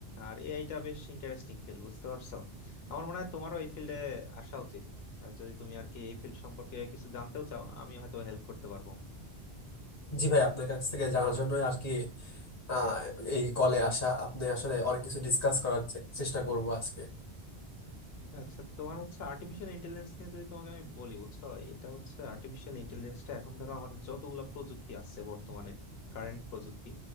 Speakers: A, on the left; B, on the left.
A: আর এআইটা বেশ ইন্টারেস্টিং ফিল্ড বুঝতে পারছো আমার মনে হয় তোমারও এই ফিল্ডে আসা উচিত আর যদি তুমি আর কি এই ফিল্ড সম্পর্কে কিছু জানতেও চাও আমি হয়তো হেল্প করতে পারবো
B: জি ভাই আপনার কাছ থেকে জানার জন্যই আর কি আহ, এই কলে আসা আপনি আসলে অনেক কিছু ডিসকাস করার চে- চেষ্টা করব আজকে
A: আচ্ছা তোমার হচ্ছে আর্টিফিশিয়াল ইন্টেলিজেন্স নিয়ে যদি তোমাকে আমি বলি বুঝছো এটা হচ্ছে আর্টিফিশিয়াল ইন্টেলিজেন্সটা এখন ধরো আমাদের যতগুলা প্রযুক্তি আছে বর্তমানে কারেন্ট প্রযুক্তি